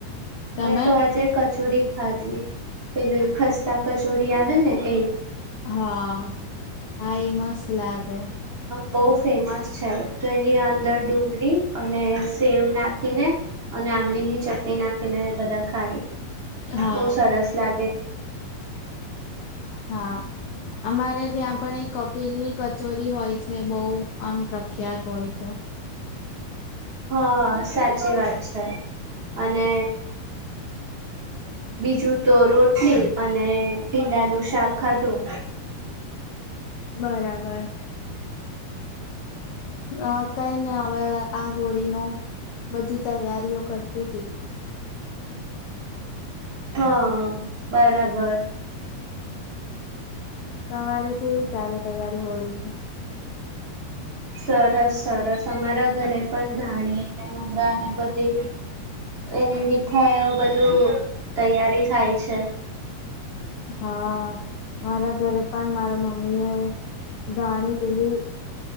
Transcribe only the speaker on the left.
તમે
હા હા એ મસ્ત લાગે
હા
હા અમારે ત્યાં પણ એક કપિલની કચોરી હોય છે બહુ આમ પ્રખ્યાત હોય છે.
બરાબર અ કઈ ને હવે આ હોળીનું બધી તૈયારીઓ કરતી તી
તમારે કેવી ચાલે તૈયારી હોળીને
હા મારા ઘરે પણ મારા મમ્મી એ ધાણી પીલી.